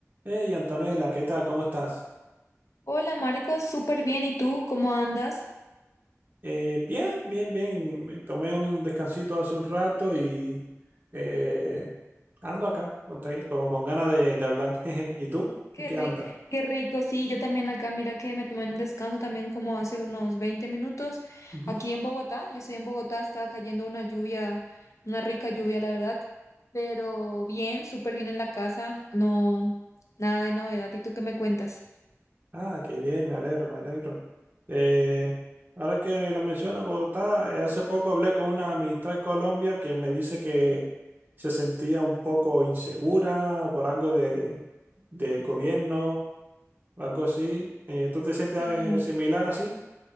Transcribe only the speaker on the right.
Hey Antonella, ¿qué tal? ¿Cómo estás?
Eh, bien, bien, bien. Me tomé un descansito hace un rato y eh, ando acá, ok, Con, con ganas de, de hablar. <laughs> jeje. ¿Y tú?
¿En qué
andas?
Ujú.
Ah, qué bien, me alegro, me alegro. Eh, ahora que me lo menciona, Bogotá, eh, hace poco hablé con una amistad de Colombia que me dice que se sentía un poco insegura por algo de, de gobierno, algo así. Eh, ¿tú te sientes
eh, similar así?